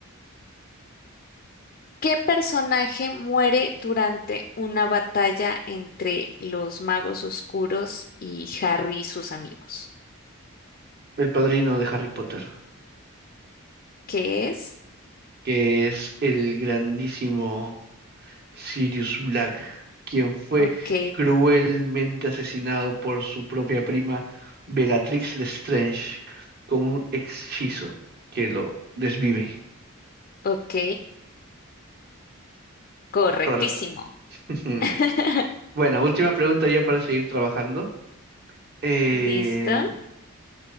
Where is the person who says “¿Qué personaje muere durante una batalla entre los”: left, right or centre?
Left